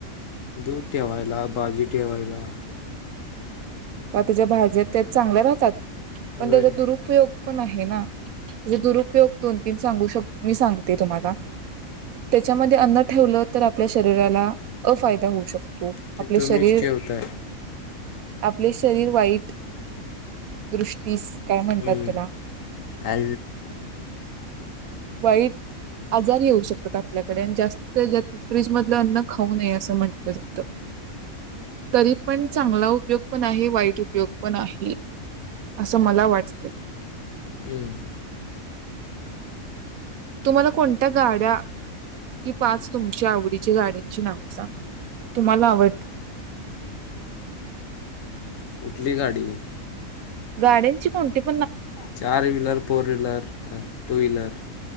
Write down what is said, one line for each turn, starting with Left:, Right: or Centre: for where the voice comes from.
Left: दूध ठेवायला भाजी ठेवायला
Right: का त्याच्या भाज्या त्या चांगल्या राहतात पण
Left: वय
Right: त्याचा दुरुपयोग पण आहे ना त्याचा दुरुपयोग दोन तीन सांगू शक मी सांगते तुम्हाला त्यांच्यामध्ये अन्न ठेवलं तर आपल्या शरीराला अफायदा होऊ शकतो
Left: ते
Right: आपले
Left: तुम्हीच
Right: शरीर
Left: ठेवताय
Right: आपले शरीर वाईट दृष्टीस काय म्हणतात
Left: हम्
Right: त्याला
Left: अ
Right: वाईट आजार येऊ शकतात. आपल्याकडे आणि जास्त फ्रीज मधलं अन्न खाऊ नये असं म्हंटलं जातं. तरी पण चांगला उपयोग पण आहे वाईट उपयोग पण आहे. असं मला वाटतेंय!
Left: हं.
Right: तुम्हाला कोणत्या गाड्या कि पाच तुमच्या आवडी गाडची नाव सांगा तुम्हाला आवडणाऱ्या
Left: कुठली गाडी
Right: गाड्यांची कोणती -
Left: चार wheeler four wheeler two wheeler